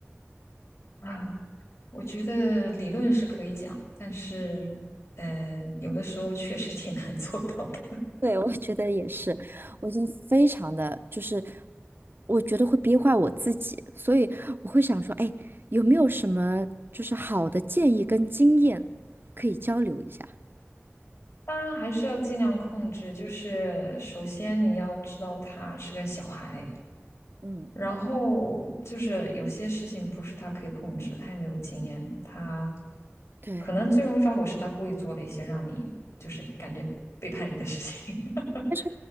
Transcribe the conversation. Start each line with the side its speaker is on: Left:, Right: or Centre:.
Left: 啊，<clears throat> 我觉得理论是可以讲，但是呃，有的时候确实挺难做到的。
Right: 对，我觉得也是，我现在非常的就是，我觉得会憋坏我自己，所以我会想说，哎，有没有什么就是好的建议跟经验可以交流一下？
Left: 当然还是要尽量控制，就是首先你要知道他是个小孩，
Right: 嗯，
Left: 然后就是有些事情不是他可以控制，他也没有经验，他
Right: 对，
Left: 可能最容易发火是他故意做了一些让你就是感觉背叛你的事情。<laughs>
Right: 但是